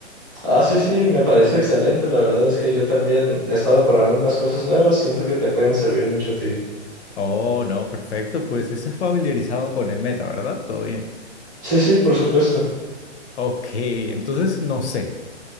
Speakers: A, on the right; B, on the left.
A: Ah, sí, sí, me parece excelente. La verdad es que yo también he estado probando unas cosas nuevas. Siento que te pueden servir mucho a ti.
B: Oh, no, perfecto. Pues estás familiarizado con el meta, ¿verdad? Todo bien.
A: Sí, sí, por supuesto.
B: Ok, entonces no sé.